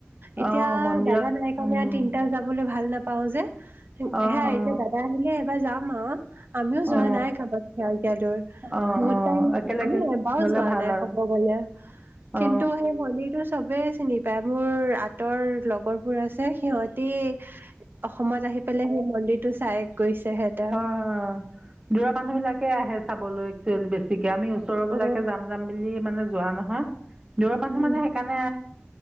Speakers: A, on the right; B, on the right.
A: এতিয়া
B: অ মন্দিৰত
A: দাদা নাই <unintelligible>
B: উম
A: তিনিটা যাব ভাল নাপ পাওঁ যে,
B: অ
A: হেয়াই
B: অ
A: এতিয়া দাদা আহিলে যাম আ আমিও যোৱা
B: অ
A: নাই কাবাক <unintelligible> লৈ
B: অ
A: বহুত
B: অ
A: টাইম,
B: একেলগে
A: আমি এবাও
B: গলে
A: যোৱা
B: ভাল
A: নাই
B: আৰু
A: ক'ব গ'লে, কিন্তু
B: অ অ
A: সেই মন্দিৰটো চ'বে চিনি পাই, মোৰ আতৰ লগৰবোৰ আছে সিহঁতি অসমত আহি পেলাই সেই মন্দিৰ টো চাই গৈছে সিহঁতে
B: অ', অ', দূৰৰ মানুহ বিলাকে আহে চাবলৈ চুয়েল বেছি আমি ওচৰৰ বিলাকে
A: অ
B: যাম-যাম বুলি মানে যোৱা নহয়, দূৰৰ মানুহ
A: উম
B: মানে সেইকাণে